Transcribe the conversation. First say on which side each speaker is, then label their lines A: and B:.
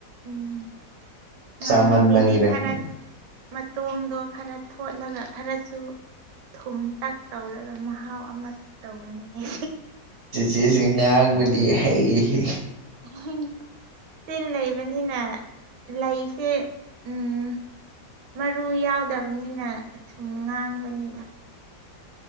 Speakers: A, on the right; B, on the right.
A: ꯎꯝ
B: ꯆꯥꯃꯟꯕꯒꯤꯔ
A: ꯉꯥꯅꯨꯒꯤꯗꯤ ꯈꯔ
B: ꯈꯪꯗꯦ
A: ꯃꯇꯣꯡꯗꯣ ꯈꯔ ꯊꯣꯠꯂꯒ ꯈꯔꯁꯨ ꯊꯨꯝ ꯇꯛ ꯇꯧꯔꯒ ꯃꯍꯥꯎ ꯑꯃ ꯇꯧꯕꯅꯦ ꯍꯥꯏ
B: ꯆꯦꯆꯦꯁꯤ ꯉꯥꯡꯕꯗꯤ ꯍꯩꯏꯍꯦ
A: ꯍꯝ ꯆꯤꯟ ꯂꯩꯕꯅꯤꯅ ꯂꯩꯁꯦ ꯎꯝ ꯃꯔꯨ ꯌꯥꯎꯗꯕꯅꯤꯅ ꯁꯨꯝ ꯉꯥꯡꯕꯅꯤꯗ